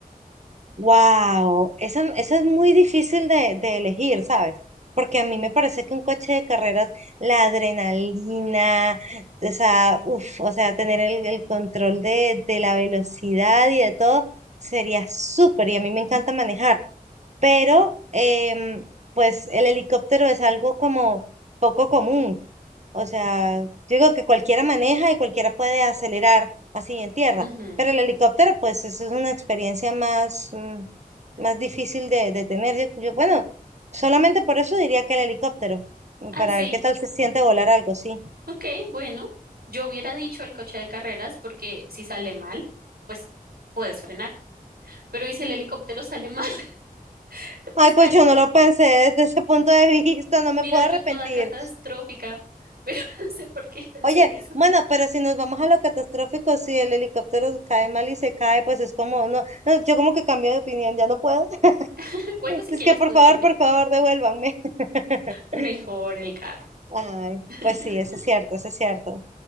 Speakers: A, on the right; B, on the right.
A: Wow, esa, esa es muy difícil de, de elegir, ¿sabes? Porque a mí me parece que un coche de carreras, la adrenalina, o sea, uf, o sea, tener el, el control de, de la velocidad y de todo sería súper. Y a mí me encanta manejar. pero em, pues el helicóptero es algo como poco común. O sea, yo digo que cualquiera maneja y cualquiera puede acelerar así en tierra,
B: Ujú.
A: pero el helicóptero pues eso es una experiencia más, mm, más difícil de, de tener. Yo, yo, bueno, solamente por eso diría que el helicóptero, mm,
B: Ah,
A: para
B: sí,
A: ver qué tal se siente volar algo, sí.
B: ok, bueno, yo hubiera dicho el coche de carreras porque si sale mal, pues puedes frenar, pero ¿y si el helicóptero sale mal? <laughs> Te puedes
A: Ay,
B: caer.
A: pues yo no lo pensé desde ese punto de vista, no me
B: Mira,
A: puedo
B: yo
A: arrepentir.
B: toda catastrófica, pero <laughs> no sé por qué pensé
A: Oye,
B: en eso.
A: bueno, pero si nos vamos a lo catastrófico, si el helicóptero cae mal y se cae, pues es como, no, no, yo como que cambio de opinión, ya no puedo.
B: <laughs> Bueno,
A: <laughs>
B: si
A: Es
B: quieres,
A: que por
B: puedes
A: favor,
B: cambiar.
A: por favor, devuélvanme.
B: Mejor
A: <laughs>
B: el carro.
A: Ay,
B: <laughs>
A: pues sí, eso es cierto, eso es cierto.